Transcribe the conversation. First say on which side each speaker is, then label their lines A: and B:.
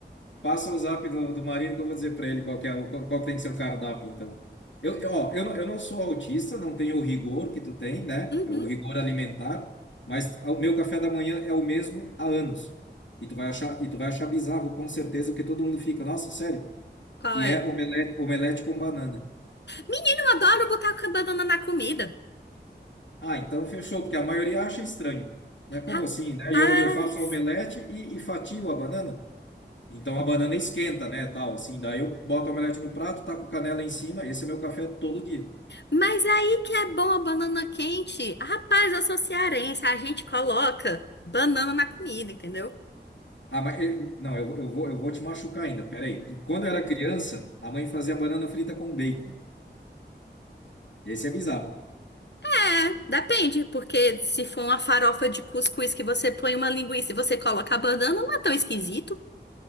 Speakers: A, on the left; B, on the left.
A: Passa o zap do, do marido que eu vou dizer para ele qual que é, o- qual, qual que tem que ser o cardápio, então. Eu, ó, eu, não- eu não sou autista, não tenho o rigor que tu tem, né?
B: Uhum,
A: É O rigor alimentar, mas o meu café da manhã é o mesmo há anos. E tu vai achar, e tu vai achar bizarro, com certeza, que todo mundo fica, nossa, sério?
B: qual
A: Que
B: é?
A: é omelete, omelete com banana.
B: Menino, eu adoro botar a banana na comida.
A: Ah, então fechou, porque a maioria acha estranho, né? Como
B: Rapaz,
A: assim, né? E eu, e eu faço omelete e, e fatio a banana? Então a banana esquenta, né, tal, assim. Daí eu boto a omelete no prato, taco canela em cima. Esse é meu café todo dia.
B: mas aí que é bom a banana quente. Rapaz, eu sou cearense, a gente coloca banana na comida, entendeu?
A: Ah, mas, eh, não, eu, vou- eu vou, eu vou te machucar ainda, peraí. E quando eu era criança, a mãe fazia banana frita com bacon. Esse é bizarro.
B: É, depende, porque se for uma farofa de cuscuz que você põe uma linguiça e você coloca a banana, não é tão esquisito.